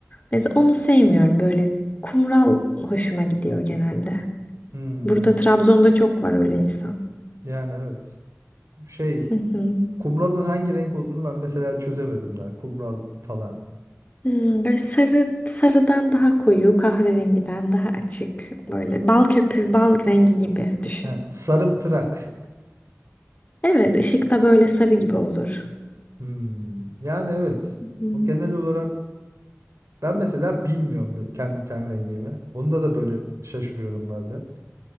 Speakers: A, on the left; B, on the right.
A: Mesela onu sevmiyorum. Böyle kumral hoşuma gidiyor genelde.
B: Hmm,
A: Burada Trabzon'da çok var öyle insan.
B: yani evet. Şey,
A: Hı hı.
B: kumralın hangi renk olduğunu ben mesela çözemedim daha. Kumral falan.
A: Hmm, böyle sarı sarıdan daha koyu, kahverengiden daha açık. Böyle bal köpüğü, bal rengi gibi düşün.
B: Ha, sarımtırak.
A: Evet, ışık da böyle sarı gibi olur.
B: Hmm, yani evet.
A: Hmm.
B: O genel olarak ben mesela bilmiyorum kendi ten rengimi. Onda da böyle şaşırıyorum bazen.